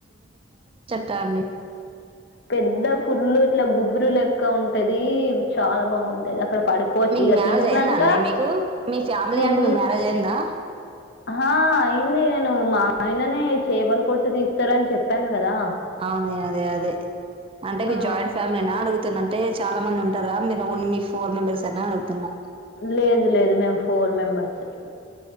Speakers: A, on the right; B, on the left.
A: తాండి
B: పెద్ద ఫుల్లు ఇట్లా గుబురు లెక్క ఉంటది చాలా బాగుంటది అక్కడ పడుకోవచ్చు
A: మీకు
B: ఇక
A: మ్యారేజ్
B: తిన్నాక
A: అయిందా అండి మీకు మీ ఫ్యామిలీ
B: తిన్
A: అంటే మీ మ్యారేజ్ అయిందా
B: ఆ అయింది నేను మా ఆయననే చేపలు పొట్టు తీస్తారని చెప్పాను కదా
A: ఆ అదే అదే అదే అంటే మీది
B: ఆ
A: జాయింట్ ఫ్యామిలీనా అడుగుతున్న అంటే చాలా మంది ఉంటారా మీరు ఓన్ మీ ఫోర్ మెంబర్స్ అనీ అడుగుతున్నా
B: లేదు లేదు మేము ఫోర్ మెంబర్స్ ఏ